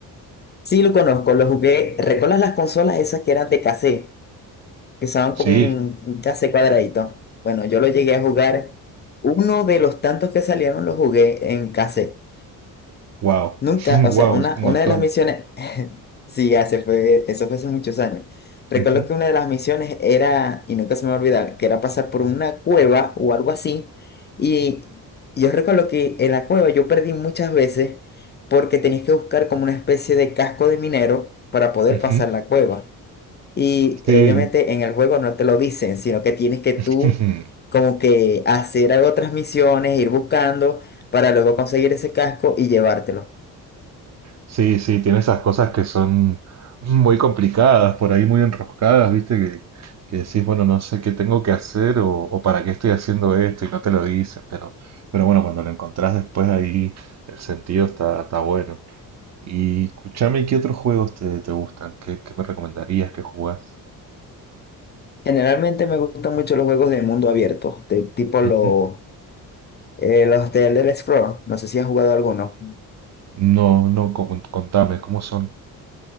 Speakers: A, on the left; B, on the right.
A: Sí, lo conozco, lo jugué. ¿Recuerdas las consolas esas que eran de cassette? Que usaban
B: Sí,
A: como un un cassette cuadradito. Bueno, yo lo llegué a jugar. Uno de los tantos que salieron lo jugué en cassette.
B: wow,
A: Nunca, o
B: wow,
A: sea, una,
B: <laughs> es un
A: una
B: montón.
A: de las misiones, <laughs> sí, hace fue, eso fue hace muchos años. Recuerdo
B: Ujú,
A: que una de las misiones era, y nunca se me va a olvidar, que era pasar por una cueva o algo así. Y yo recuerdo que en la cueva yo perdí muchas veces porque tenías que buscar como una especie de casco de minero para poder
B: ujú.
A: pasar la cueva. Y
B: Sí,
A: eh, obviamente en el juego no te lo dicen, sino que tienes que tú
B: <laughs>
A: como que hacer otras misiones, ir buscando para luego conseguir ese casco y llevártelo.
B: Sí, sí, tiene esas cosas que son muy complicadas, por ahí muy enroscadas, ¿viste? Que, que decís, bueno, no sé qué tengo que hacer o, o para qué estoy haciendo esto y no te lo dicen, pero, pero bueno, cuando lo encontrás después ahí el sentido está, está bueno. Y escuchame, ¿qué otros juegos te, te gustan? ¿Qué, qué me recomendarías que jugás?
A: Generalmente me gustan mucho los juegos de mundo abierto, de- tipo
B: Ujú.
A: los, eh, los de Elder Scrolls. No sé si has jugado alguno.
B: No, no, co- contame, ¿cómo son?